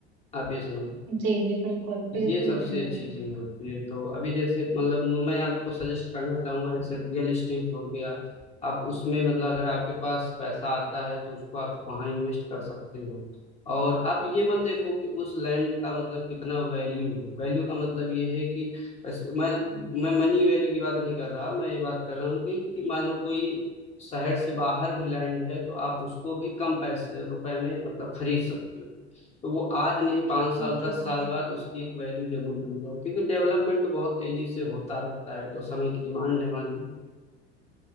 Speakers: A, on the left; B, on the right.
A: आप ये समझ
B: जी जी बिल्कुल
A: ये
B: बिल्कुल
A: सबसे
B: बिल्कुल
A: अच्छी चीज होती है तो अभी जैसे मतलब मैं आपको सजेस्ट करना चाहूंगा जैसे रियल इस्टेट हो गया आप उसमें मतलब अगर आपके पास पैसा आता है तो उसको आप वहां इन्वेस्ट कर सकते हो और आप ये मत देखो कि उस लैंड का मतलब कितना वैल्यू है वैल्यू का मतलब ये है कि बस- मैं मैं मनी वैल्यू की बात नहीं कर रहा मैं ये बात कर रहा हूँ कि, कि मान लो कोई शहर से बाहर भी लैंड है तो आप उसको भी कम पैसे रुपए में मतलब खरीद सकते हो तो वो आज नहीं पाँच
B: बिल्कुल
A: साल दस साल बाद उसकी एक वैल्यू जरूर बन जाए क्योंकि डेवलपमेंट तो बहुत तेजी से होता रहता है तो समय की डिमांड है हमारी